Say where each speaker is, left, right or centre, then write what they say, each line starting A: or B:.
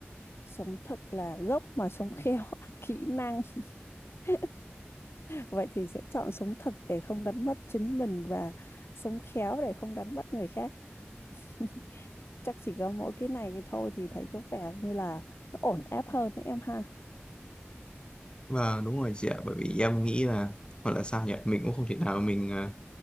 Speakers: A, on the left (about 65°); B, on the left (about 25°).
A: sống thật là gốc mà sống khéo là kỹ năng <laughs> vậy thì sẽ chọn sống thật để không đánh mất chính mình và sống khéo để không đánh mất người khác <laughs> chắc chỉ có mỗi cái này cái thôi thì thấy có vẻ như là nó ổn áp hơn đấy em ha
B: và đúng rồi chị ạ bởi vì em nghĩ là gọi là sao nhỉ mình cũng không thể nào mình à,